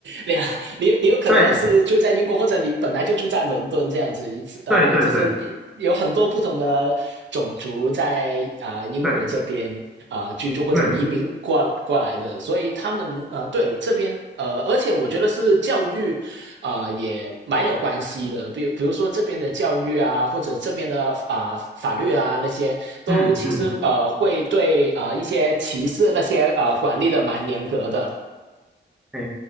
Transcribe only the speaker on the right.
你你你有可能是住在英国，
或者你本来就住在伦敦这样子，一次呃，
就是有很多不同的种族在啊、呃英国这边啊、
呃居住或者移民过过来的，
所以他们呃对这边呃，而且我觉得是教育。呃也蛮有关系的，比比如说这边的教育啊，或者这边的啊、呃法律啊那些，都其实呃会对啊一些歧视那些呃管理的蛮严格的，